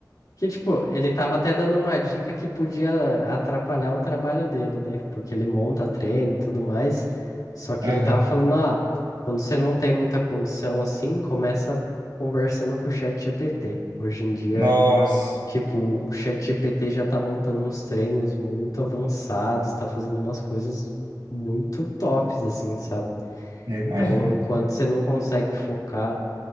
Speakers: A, on the left; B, on the right.
A: que, tipo, ele tava até dando uma dica que podia atrapalhar o trabalho dele, né? Porque ele monta treino e tudo mais. Só que
B: aham.
A: ele tava falando, ah, quando você não tem muita condição assim, começa conversando com o chat GPT. Hoje em dia
B: Nossa.
A: Tipo, o ChatGPT já tá montando uns treinos muito avançados, tá fazendo umas coisas muito tops, assim, sabe?
B: Eu imagino.
A: Então, enquanto você não consegue focar,